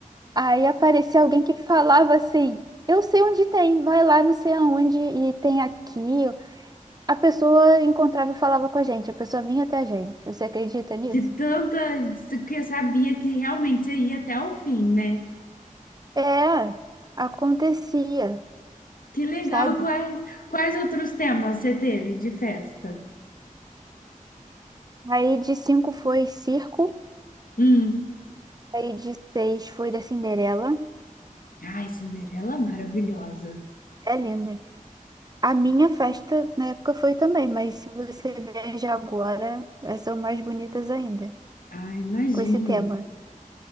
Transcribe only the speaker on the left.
De tanta de que eu sabia que realmente você ia até o fim, né?
Que legal.
E Quais, quais outros temas você teve de festa?
Hum.
Ai, Cinderela é maravilhosa.
Ai, imagino.